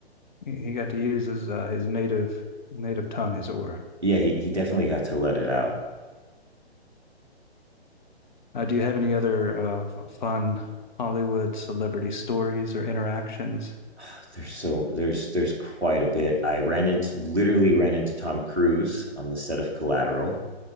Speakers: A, on the left (about 45°); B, on the right (about 85°).
A: he got to use his uh, his native native tongue, as it were.
B: yeah, he he definitely got to let it out.
A: Uh, do you have any other uh, fun Hollywood celebrity stories or interactions?
B: <sighs> There's so there's there's quite a bit. I ran into literally ran into Tom Cruise on the set of Collateral